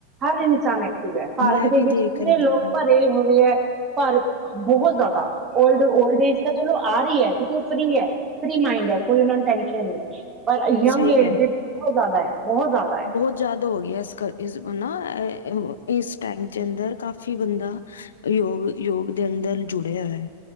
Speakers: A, on the right (about 25°); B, on the left (about 65°).
A: ਹਰ ਇਨਸਾਨ ਐਕਟ ਪਾਰਕ
B: ਮੈਂ
A: ਦੇ
B: ਵੀ
A: ਵਿੱਚ
B: ਦੇਖ
A: ਪੂਰੇ
B: ਰਹੀ ਹਾਂ
A: ਲੋਕ
B: ਹਾਂਜੀ
A: ਭਰੇ ਹੋਏ ਹੈ ਪਰ ਬਹੁਤ ਜ਼ਿਆਦਾ ਓਲਡ ਓਲਡ ਏਜ ਤਕ ਚਲੋ ਆ ਰਹੀ ਹੈ ਕਿਉਂਕਿ, ਉੱਪਰੀ ਹੈ। ਫਰੀ ਮਾਈੰਡ ਹੈ ਕੋਈ ਉਹਨਾ ਨੂੰ ਟੈਸ਼ਨ ਨਹੀਂ ਪਰ ਯੰਗ
B: ਸਹੀ
A: ਏਜ
B: ਕਹਿ ਰਹੇ ਹੋ
A: ਦੇ ਬਹੁਤ ਜ਼ਿਆਦਾ ਹੈ, ਬਹੁਤ ਜ਼ਿਆਦਾ ਹੈ।
B: ਬਹੁਤ ਜ਼ਿਆਦਾ ਹੋ ਗਿਆ ਇਸ ਕਰ, ਇਸ ਉਹਨਾ ਹੈ। ਇਸ ਟਾਈਮ 'ਚ ਅੰਦਰ ਕਾਫ਼ੀ ਬੰਦਾ ਯੋਗ ਯੋਗ ਦੇ ਅੰਦਰ ਜੁੜਿਆ ਹੈ।